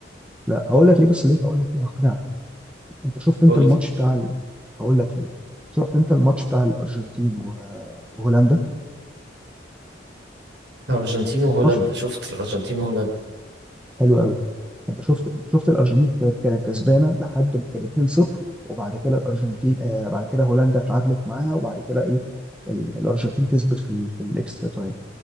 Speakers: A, in the centre; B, on the right.
A: لا هقول لك ليه بس ليه هقول لك ليه اقنعك انت شفت
B: قول
A: انت الماتش
B: لي
A: بتاع ال... هقول لك ليه شفت انت الماتش بتاع الارجنتين و... وهولندا
B: الأرجنتين وهولندا
A: ماتش
B: شفت الأرجنتين وهولندا
A: حلو قوي انت شفت انت شفت الارجنتين كانت كانت كسبانه لحد ما كان 2-0 وبعد كده الارجنتين آه بعد كده هولندا اتعادلت معاها وبعد كده ايه ال- الارجنتين كسبت في ال... في الاكسترا تايم